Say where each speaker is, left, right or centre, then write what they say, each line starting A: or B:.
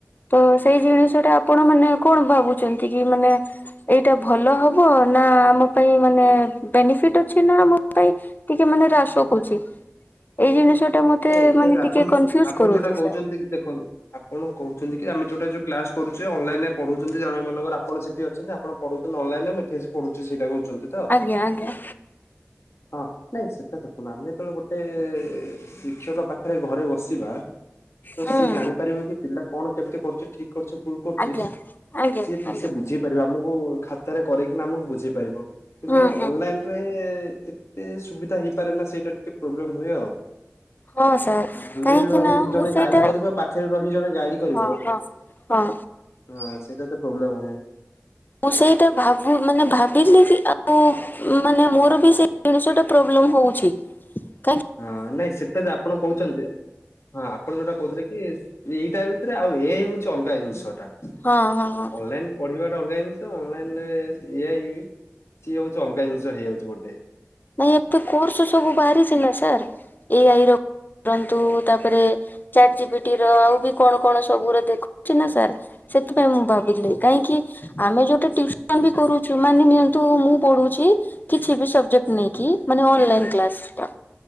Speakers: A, on the left; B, on the left.
A: ତ ସେଇ ଜିନିଷ ଟା ଆପଣ ମାନେ କଣ ଭାବୁଛନ୍ତି କି ମାନେ ଏଇଟା ଭଲ ହବ ନା ଆମ ପାଇଁ ମାନେ ବେନିଫିଟ ଅଛି ନା ଆମ ପାଇଁ ଟିକେ ମାନେ ହ୍ରାସ କରୁଛି? ଏଇ ଜିନିଷ ଟା ମତେ
B: ନାଇଁ ଏଇଟା
A: ମାନେ
B: ଆପଣ
A: ଟିକେ କନଫ୍ୟୁଜ
B: ଆପଣ
A: କରୁଛି
B: ଯୋଉଟା କହୁଛନ୍ତି
A: ସାର୍।
B: କି ଦେଖନ୍ତୁ ଆପଣ କହୁଚନ୍ତି କି ଆମେ ଯୋଉଟା ଯୋଉ କ୍ଲାସ କରୁଚେ ଅନଲାଇନ ରେ ପଢୁଚନ୍ତି ଜଣେ ମନେକର ଆପଣ ସେ ଠି ଅଛନ୍ତି ଆପଣ ପଢଉଚନ୍ତି ଅନଲାଇନ୍ ରେ ମୁଁ ଏଠି ଆସି ପଢୁଚି ସେଇଟା କହୁଚନ୍ତି।
A: ଆଜ୍ଞା ଆଜ୍ଞା।
B: ହଁ ନାଇଁ ସେଟା ଦେଖନ୍ତୁ ଆମେ ଯେତବେଳେ ଗୋଟେ ଶିକ୍ଷକ ପାଖରେ ଘରେ ବସିବା ତ
A: ହୁଁ।
B: ସିଏ ଜାଣିପାରିବ କି ପିଲା କଣ କେମିତି କରୁଚି ଠିକ୍ କରୁଚି ଭୁଲ କରୁଚି
A: ଆଜ୍ଞା ଆଜ୍ଞା
B: ସିଏ ଠିକସେ
A: ଆଜ୍ଞା
B: ବୁଝେଇ ପାରିବେ ଆମୁକୁ ଖାତାରେ କରେଇକିନା ଆମୁକୁ ବୁଝେଇ ପାରିବ କିନ୍ତୁ
A: ହୁଁ ହୁଁ
B: ଅନଲାଇନ ରେ ଏତେ ସୁବିଧା ହେଇପାରେ ନା ସେଇଟା ଟିକେ ପ୍ରୋବ୍ଲେମ ହୁଏ ଆଉ।
A: ହଁ ସାର୍
B: ଦୂରରେ
A: କାହିଁକିନା
B: ରହିକି
A: ମୁଁ
B: ଜଣେ
A: ସେଇଟା
B: ଗାଇଡ କରିବ ପାଖରେ ରହି ଜଣେ ଗାଇଡ କରିବ
A: ହଁ ହଁ। ହଁ।
B: ହଁ ସେଇଟା ତ ପ୍ରୋବ୍ଲେମ ହୁଏ।
A: ମୁଁ ସେଇଟା ଭାବୁ ମାନେ ଭାବିଲି କି ଆଉ ମାନେ ମୋର ବି ସେ ଜିନିଷଟା ପ୍ରୋବ୍ଲେମ ହଉଛି କାଇଁ
B: ହଁ ନାଇଁ ସେଟା ଯେ ଆପଣ କହୁଚନ୍ତି ହଁ ଆପଣ ଯୋଉଟା କହୁଥିଲେ ଏ ଏଇଟା ଭିତରେ ଆଉ ଏ ହେଉଛି ଅଲଗା ଜିନିଷଟା ଅନଲାଇନ
A: ହଁ ହଁ ହଁ
B: ପଢିବାଟା ଅଲଗା ଜିନିଷ ଅନଲାଇନ ରେ ଏ ଆଇ ସିଏ ହଉଚି ଅଲଗା ଜିନିଷ ହେଇଯାଉଛି ଗୋଟେ।
A: ନାଇଁ ଏତେ କୋର୍ସ ସବୁ ବାହାରିଛି ନା ସାର୍ ଏ ଆଇ ର ରନ୍ତୁ ତାପରେ ଚାଟ ଜି ପି ଟି ର ଆଉ ବି କଣ କଣ ସବୁ ର ଦେଖଉଛି ନା ସାର୍। ସେଥିପାଇଁ ମୁଁ ଭାବୁଥିଲି କାହିଁକି ଆମେ ଯୋଉଟା ଟିଉସନ ବି କରୁଛୁ ମାନେ ନିଅନ୍ତୁ ମୁଁ ପଢୁଛି କିଛି ବି ସବଜେକ୍ଟ ନେଇକି
B: ହୁଁ
A: ମାନେ ଅନଲାଇନ କ୍ଲାସ ଟା